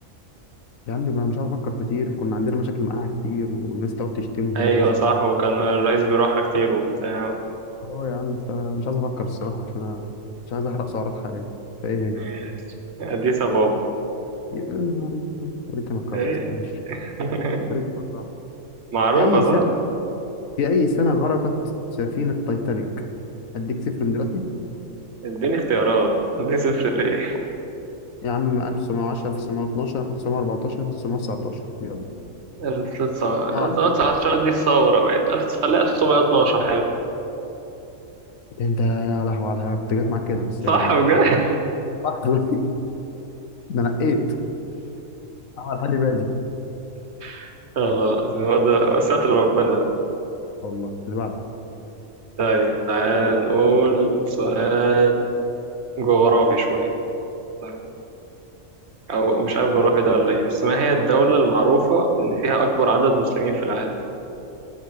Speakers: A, on the left; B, on the right.
A: يا عم ما أنا مش عارف افكر كتير كنا عندنا مشاكل معاها كتير والناس تقعد تشتمهم
B: ايوه
A: وناس تشتم
B: صح وكان الرئيس بيروحها كتير وبتاع
A: اه يا عم فمش عايز افكر الصراحة عشان انا مش عايز احرق سعرات حرارية فايه هي
B: ماشي أديس أبابا
A: يا نهار اسود انت فكرت
B: ايه
A: ماشي
B: <laughs>
A: يا ريتني فكرت
B: معروفة
A: في اي
B: صح
A: سنة في اي سنة غرقت سفينة تايتانيك اديك صفر من دلوقتي
B: اديني اختيارات اديني صفر ليه
A: يا عم 1910 1912 1914 1919 يلا ألف
B: 1910
A: وتسعمية وعشرين.
B: دي الثورة باين 1000 خليها 1912 حلو
A: انت يا لهوي على الهبد جت معاك كده بس
B: صح
A: يلا ماشي
B: بجد؟
A: شغال صح <laughs> والله ده نقيت عمل حالي بادي
B: <laughs> والله العظيم هو ده ستر ربنا ده
A: والله اللي بعده
B: طيب تعال نقول سؤال جغرافي شوية تمام؟ أو مش عارف جغرافي ده ولا إيه بس ما هي الدولة المعروفة إن فيها أكبر عدد مسلمين في العالم